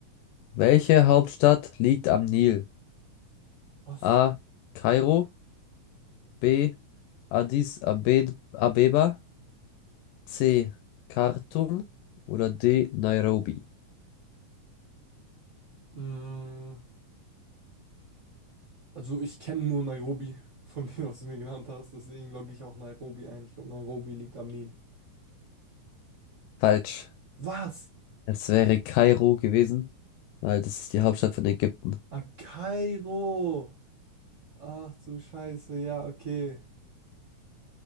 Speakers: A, on the left; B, on the right.
A: Welche Hauptstadt liegt am Nil?
B: Was?
A: A. Kairo, B. Addis Abe Abeba. C. Khartoum oder D. Nairobi?
B: Mm. Also ich kenne nur Nairobi von dem, was du mir genannt hast, deswegen logge ich auch Nairobi ein. Ich glaube, Nairobi liegt am Nil.
A: Falsch.
B: Was?
A: Es wäre Kairo gewesen, weil das ist die Hauptstadt von Ägypten.
B: Ah, Kairo! Ach du Scheiße, ja, okay.